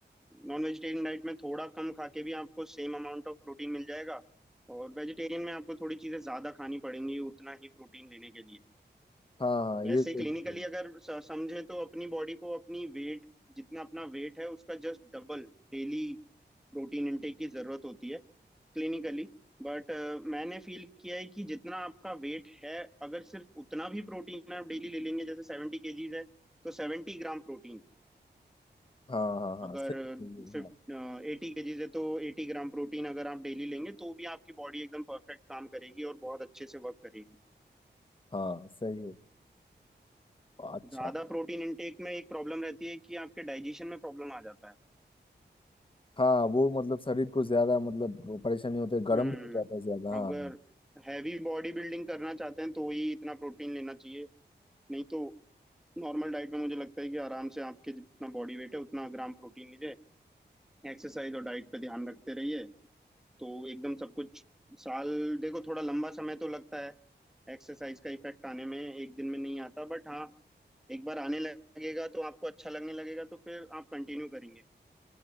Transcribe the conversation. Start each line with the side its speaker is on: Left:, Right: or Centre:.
Centre: नॉन वेजिटेरियन डाइट में थोड़ा कम खा के भी आपको सेम अमाउंट ऑफ प्रोटीन मिल जाएगा और वेजिटेरियन में आपको थोड़ी चीजें ज्यादा खानी पड़ेंगी उतना ही प्रोटीन लेने के लिए
Left: हाँ हाँ
Centre: वैसे
Left: ये सही
Centre: क्लिनिकली
Left: है।
Centre: अगर स- समझे तो अपनी बॉडी को अपनी वेट जितना अपना वेट है उसका just double daily protein intake की जरूरत होती है क्लिनिकली बट मैंने फील किया है कि जितना आपका वेट है अगर सिर्फ उतना भी प्रोटीन आप डेली ले लेंगे जैसे सेवेंटी केजीज है तो सेवेंटी ग्राम प्रोटीन
Left: हाँ हाँ
Centre: अगर
Left: हाँ सही सही है
Centre: फिफ्ट
Left: हाँ
Centre: एटी केजीज है तो एटी ग्राम प्रोटीन अगर आप डेली लेंगे तो भी आपकी बॉडी एकदम परफेक्ट काम करेगी और बहुत अच्छे से वर्क करेगी
Left: हाँ सही है अच्छा
Centre: ज्यादा प्रोटीन इंटेक में एक प्रॉब्लम रहती है कि आपके डाइजेशन में प्रॉब्लम आ जाता है
Left: हाँ वो मतलब शरीर को ज्यादा मतलब परेशानी होता है गर्म
Centre: हम्म
Left: भी हो जाता है ज्यादा हाँ
Centre: अगर हैवी बॉडी बिल्डिंग करना चाहते हैं तो ही इतना प्रोटीन लेना चाहिए नहीं तो नॉर्मल डाइट में मुझे लगता है कि आराम से आपके जितना बॉडी वेट है उतना ग्राम प्रोटीन लीजिए एक्सरसाइज और डाइट पे ध्यान रखते रहिए तो एकदम सब कुछ साल देखो थोड़ा लंबा समय तो लगता है एक्सरसाइज का इफेक्ट आने में एक दिन में नहीं आता बट हाँ एक बार आने लगेगा तो आपको अच्छा लगने लगेगा तो फिर आप कंटिन्यू करेंगे